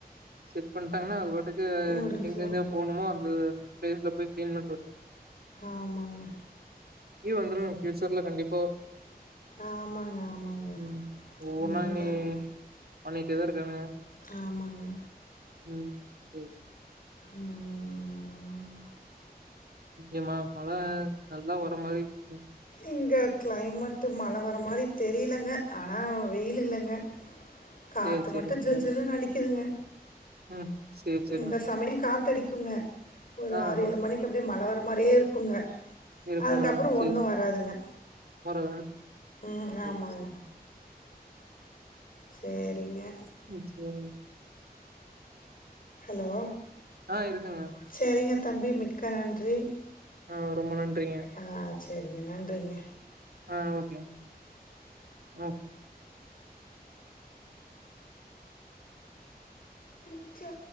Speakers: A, on the right (about 70°); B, on the left (about 55°).
A: செட் பண்ட்டாங்னா அது பாட்டுக்கு
B: முடிஞ்சிடும்
A: எங்கெங்க போணுமோ அந்த பிளேஸ்ல போய் கிளீன் பண்ட்டு வந்ரு
B: ஆமாங்க
A: ஈ வந்துரோ ஃபியூச்சர்ல கண்டிப்பா
B: ஆமாங்க ஆமாங்க
A: ம் ஓனா
B: உண்மைதாங்க
A: நீ பன்னிட்டேதா இருக்கானு
B: ஆமாங்க
A: ம் சேரி
B: ம்ம்ம்ம்
A: ஏம்மா மழ நல்லா வர மாரி ம்
B: இங்க க்ளைமேட்டு மழ வர்ர மாரி தெரியுலங்க ஆனா வெயில் இல்லங்க காத்து
A: சேரி சேரிங்
B: மட்டு ஜில் ஜில்லுனு அடிக்குதுங்க
A: ம் சேரி சேரிங்
B: இந்த சமயோ காத்தடிக்குங்க ஒரு
A: ஆ
B: ஆரேலு மணிக் எப்டியோ மழ வர மாரியே இருக்குங்க
A: இருக்குமா
B: அதுக்கப்புறோ
A: சேரி
B: ஒண்ணோ
A: சேரி
B: வராதுங்க
A: வர்றேன்
B: ம்
A: சேரி
B: ஆமாங்க
A: சேரி
B: சேரிங்க
A: ம் சேரி
B: ஹலோ
A: ஆ இருக்குங்க
B: செரிங்க தம்பி மிக்க நன்றி
A: ஆ ரொம்ப நன்றிங்க
B: ஆ சேரிங்க நன்றிங்க
A: ஆ ஓகேங்க ஓ
B: நித்யா